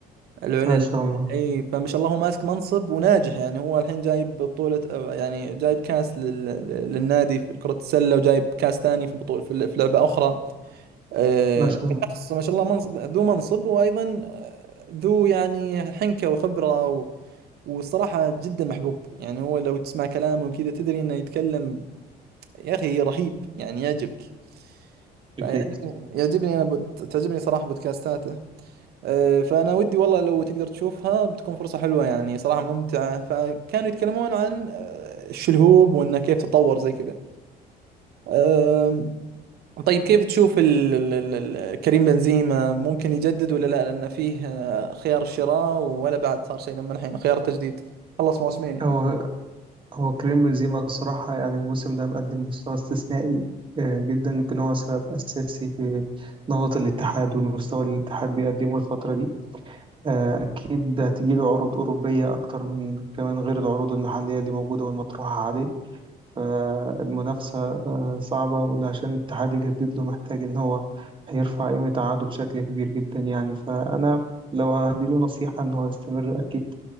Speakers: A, on the right (about 70°); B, on the right (about 30°).
A: العلا
B: ما شاء الله
A: اي فما شاء الله هو ماسك منصب وناجح يعني هو الحين جايب بطولة يعني جايب كاس لل... للنادي في كرة السلة وجايب كاس ثاني في بطولة في في لعبة أخرى آه،
B: ما شاء الله
A: شخص ما شاء الله منصب ذو منصب وأيضا آه، ذو يعني حنكة وخبرة و... والصراحة جدا محبوب يعني هو لو تسمع كلامه وكذا تدري انه يتكلم يا اخي رهيب يعني يعجبك
B: أكيد
A: فيعجبني يعجبني انا بوت... تعجبني صراحة بودكاستاته آه، فأنا ودي والله لو تقدر تشوفها بتكون فرصة حلوة يعني صراحة ممتعة فكانوا يتكلمون عن آه، الشلهوب وإنه كيف تطور زي كذا آم، طيب كيف تشوف ال- ال- ال- ال- كريم بنزيما ممكن يجدد ولا لا لأنه فيه آه، خيار الشراء ولا بعد صار شيء لما الحين خيار التجديد خلص موسمين يعني
B: هو هو كريم بنزيما الصراحة يعني الموسم ده مقدم مستوى استثنائي آه، جدا يمكن هو سبب أساسي في نهضة الاتحاد والمستوى اللي الاتحاد بيقدمه الفترة دي آه، أكيد هتجيله عروض أوروبية أكتر من كمان غير العروض المحلية اللي موجودة والمطروحة عليه فالمنافسة آه، صعبة وعشان الاتحاد يجدد له محتاج إن هو هيرفع قيمة عقده بشكل كبير جدا يعني فأنا لو هديله نصيحة إن هو يستمر أكيد